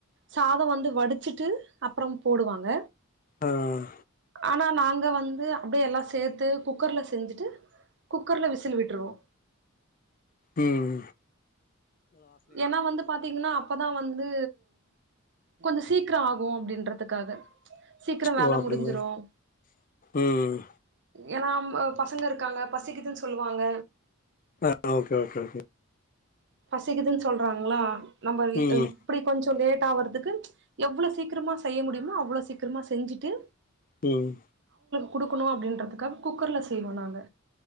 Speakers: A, on the right; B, on the left.
A: சாதோம் வந்து வடிச்சுட்டு அப்புறம் போடுவாங்க.
B: ம் ம்
A: ஆனா நாங்க வந்து அப்டியே எல்லாசேத்து குக்கர்ல செஞ்சுட்டு குக்கர்ல விசில் விட்ருவோம்.
B: உம்
A: ஏன்னா வந்து பாத்தீங்கன்னா அப்பதான் வந்து கொஞ்சம் சீக்கிரம் ஆகும் அப்படின்றதுக்காக சீக்கிரம்
B: ஓ
A: வேலை
B: அப்டிங்களா
A: முடிஞ்சிரும்
B: ம்
A: ஏன்னா பசங்க இருக்காங்க பசிக்குதுன்னு சொல்லுவாங்க
B: ஆ ஓகே ஓகே ஓகே
A: பசிக்குதுன்னு சொல்றாங்களா நம்ம
B: ம்
A: இப்படி கொஞ்சம் லேட் டா வர்துக்கு எவ்வளவு சீக்கிரமா செய்ய முடியுமோ அவ்வளோ சீக்கிரமா செஞ்சுட்டு
B: ம்
A: குடுக்கணும் அப்படின்றதுக்கா குக்கர்ல செய்வோம் நாங்க